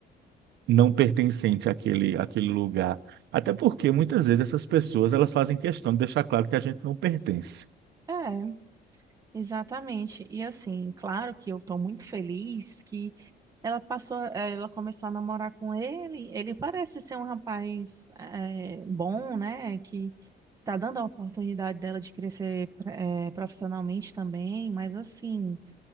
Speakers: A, on the right (about 80°); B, on the right (about 20°).
A: não pertencente àquele, àquele lugar. Até porque muitas vezes essas pessoas elas fazem questão de deixar claro que a gente não pertence.
B: É, exatamente. E assim, claro que eu estou muito feliz que Ela passou, eh, ela começou a namorar com ele. Ele parece ser um rapaz eh, bom, né? Que tá dando a oportunidade dela de crescer eh, profissionalmente também. Mas assim,